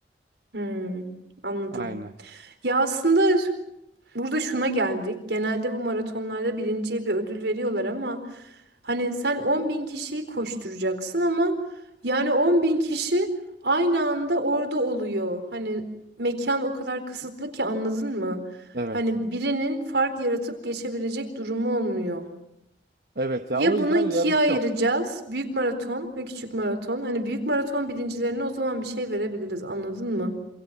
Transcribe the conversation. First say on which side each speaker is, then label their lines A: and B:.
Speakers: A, on the right; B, on the right.
A: Hmm, anladım.
B: Aynen.
A: Ya aslında burada şuna geldik. Genelde bu maratonlarda birinciye bir ödül veriyorlar ama hani
B: Hı
A: sen 10 bin kişiyi koşturacaksın ama yani 10 bin kişi aynı anda orada oluyor. Hani mekan o kadar kısıtlı
B: hı.
A: ki anladın mı?
B: Evet.
A: Hani birinin fark yaratıp geçebilecek durumu olmuyor.
B: Evet ya
A: Ya
B: o yüzden
A: bunu ikiye
B: yarış
A: ayıracağız.
B: yok.
A: Büyük maraton ve küçük maraton. Hani büyük maraton birincilerine o zaman bir şey verebiliriz. Anladın mı?